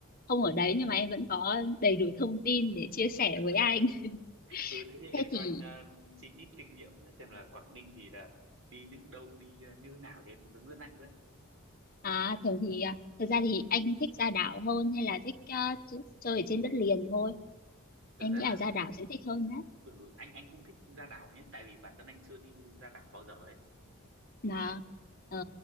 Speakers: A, on the left (about 40°); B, on the right (about 65°).
A: Không ở đấy nhưng mà em vẫn có đầy đủ thông tin để chia sẻ với
B: <laughs>
A: anh. <laughs>
B: ừ thế thì em
A: Thế
B: cho
A: thì
B: anh ờ, xin ít kinh nghiệm xem là Quảng Ninh thì là đi những đâu đi ờ, như nào thì em hướng dẫn anh với.
A: à thường thì à, thực ra thì anh thích ra đảo hơn hay là thích à, ch- chơi ở trên đất liền thôi?
B: Thực
A: Em
B: ra
A: nghĩ
B: là
A: là ra đảo sẽ thích hơn
B: ừ anh anh cũng thích ra đảo nhé, tại vì bản thân anh chưa đi ra đảo bao giờ ấy.
A: là ờ,